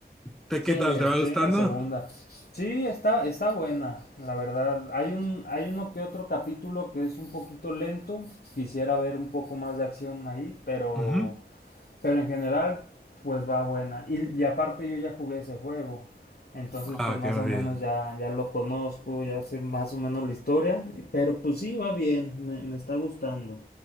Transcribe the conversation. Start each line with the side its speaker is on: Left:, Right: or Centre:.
Centre: ¿Te,
Left: Sí,
Centre: qué
Left: estoy
Centre: tal? ¿Te va gustando?
Left: en la segunda. Sí, está, está buena, la verdad. Hay un, hay uno que otro capítulo que es un poquito lento. Quisiera ver un poco más de acción ahí, pero,
Centre: Ujú.
Left: pero en general, pues va buena. Y, y aparte yo ya jugué ese juego. Entonces,
Centre: Ah,
Left: pues más
Centre: ok, muy
Left: o menos
Centre: bien.
Left: ya, ya lo conozco, ya sé más o menos la historia. Pero pues sí, va bien, me, me está gustando.